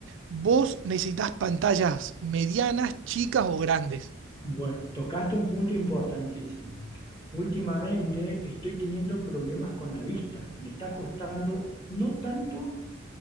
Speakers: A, on the right; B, on the left.
A: vos necesitas pantallas medianas, chicas o grandes.
B: Bueno, tocaste un punto importantísimo. Últimamente estoy teniendo problemas con la vista. Me está costando no tanto